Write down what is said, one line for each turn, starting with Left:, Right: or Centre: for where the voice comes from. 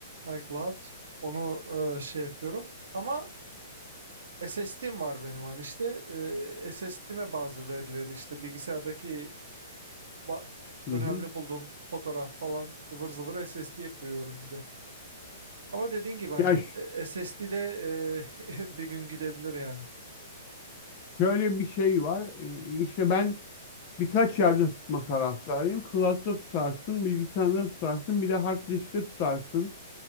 Right: iCloud onu e, şey yapıyorum. Ama SSD'm var benim hani işte e, SSD'me bazı verileri işte bilgisayardaki e, ba-
Left: Hı
Right: önemli
Left: hı.
Right: bulduğum fotoğraf falan ıvır zıvır SSD'ye koyuyorum bir de. Ama dediğin gibi hani
Left: Ya ş-
Right: SSD'de <laughs> bir gün gidebilir yani.
Left: şöyle bir şey var. Ee, İşte ben birkaç yerde tutma taraftarıyım. Cloud'da tutarsın, bilgisayarda tutarsın, bir de hard diskte tutarsın